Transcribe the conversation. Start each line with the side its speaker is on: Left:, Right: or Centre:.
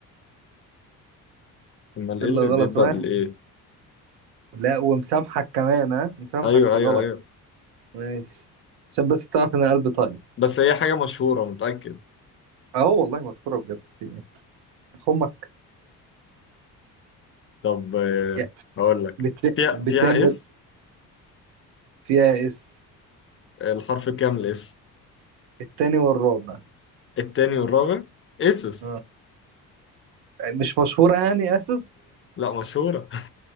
Left: امال
Right: فاضل
Left: ايه اللي
Right: لك غلط
Left: بيبدا
Right: واحد
Left: بالايه
Right: لا ومسامحك كمان ها مسامحك
Left: ايوه
Right: في
Left: ايوه
Right: غلط
Left: ايوه
Right: ماشي عشان بس تعرف ان أنا قلبي طيب
Left: بس هي حاجه مشهوره متاكد
Right: اه والله مشهوره بجد في ايه امك
Left: طب آه
Right: يا
Left: هقول لك
Right: بت...
Left: فيها
Right: بتعمل
Left: فيها اس
Right: فيها اس
Left: الحرف الكامل اس
Right: التاني والرابع
Left: التاني والرابع اسوس
Right: اه مش مشهورة يعني اسوس
Left: لا مشهورة <laughs>